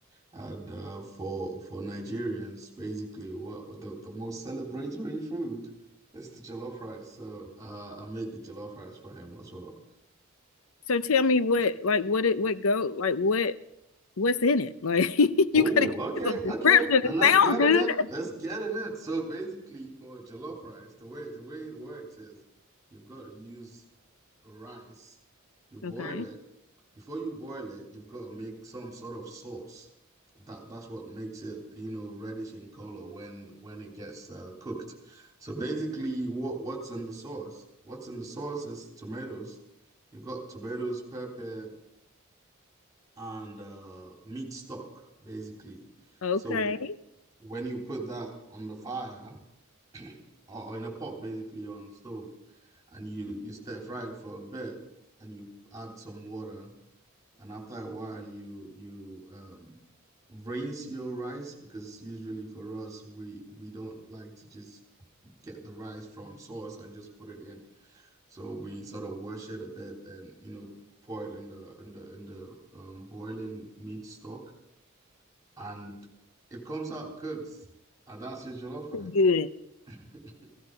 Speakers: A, on the right; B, on the left.
A: And uh, for for Nigerians, basically, what the, the most celebratory food is the jollof rice. So uh, I made the jollof rice for him as well.
B: So tell me what like what it what go like what what's in it? Like <laughs> you
A: Oh,
B: gotta give me
A: okay,
B: some description.
A: okay. Now
B: It
A: let's
B: sounds
A: get
B: good.
A: in it. Let's get in it. So basically, for jollof rice, the way the way it works is. You've got to use rice, you boil
B: Okay.
A: it. Before you boil it, you've got to make some sort of sauce. That that's what makes it, you know, reddish in color when when it gets uh, cooked. So basically, what what's in the sauce? What's in the sauce is tomatoes. You've got tomatoes, pepper, and uh, meat stock, basically.
B: Okay.
A: So when you put that on the fire, <clears throat> or in a pot basically on the stove and you you stir fry it for a bit and you add some water and after a while you you um rinse your rice because usually for us we we don't like to just get the rice from source and just put it in so we sort of wash it a bit then you know pour it in the in the in the um, boiling meat stock and it comes out cooked and that's your jollof
B: Good.
A: rice